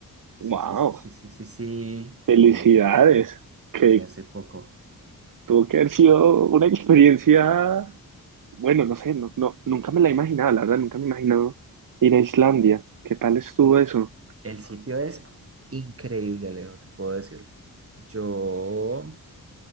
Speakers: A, on the right; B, on the right.
A: sí,
B: ¡Wow!
A: sí, sí, sí, sí, sí, sí,
B: ¡Felicidades!
A: llegué,
B: Que
A: llegué hace poco.
B: tuvo que haber sido una experiencia, bueno, no sé, no, no, nunca me la imaginaba, la verdad, nunca me he imaginado ir a Islandia. ¿Qué tal estuvo eso?
A: El sitio es increíble, Alejo, te puedo decir. Yo,